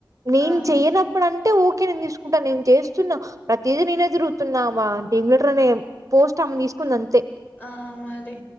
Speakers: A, on the right (about 45°); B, on the left (about 20°).
A: నేను
B: ఆ
A: చెయనప్పుడు అం దుకే నేను తీసుకుంటా నేను చేస్తున్నా ప్రతిదీ నేనే తిరుగుతున్నా మా టీమ్ లీడర్ అనే పోస్ట్ ఆమెని కుందంతే
B: ఆ మరి